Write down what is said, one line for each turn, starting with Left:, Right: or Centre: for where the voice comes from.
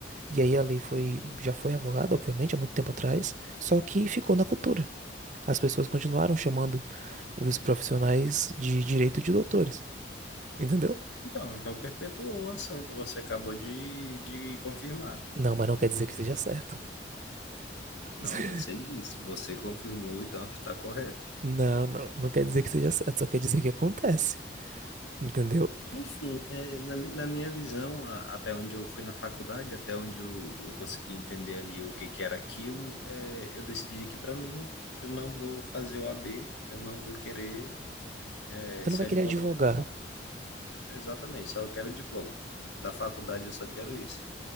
Right: E aí a lei foi, já foi revogada, obviamente, há muito tempo atrás, só que ficou na cultura. As pessoas continuaram chamando os profissionais de direito de doutores, entendeu?
Left: Então, então perpetuou o assunto, você acabou de, de confirmar.
Right: Não, mas não quer dizer que seja certo.
Left: Não,
Right: <laughs>
Left: você disse, você confirmou, então está correto.
Right: Não, não, não quer dizer que seja certo, só quer dizer que acontece, entendeu?
Left: Enfim, é, na, na minha visão, a- até onde eu fui na faculdade, até onde eu, eu consegui entender ali o que, que era aquilo, é, eu decidi que para mim eu não vou fazer o AB, eu não vou querer é,
Right: Você
Left: ser
Right: não vai
Left: advogado.
Right: querer advogar.
Left: Exatamente, só eu quero o diploma. Da faculdade eu só quero isso.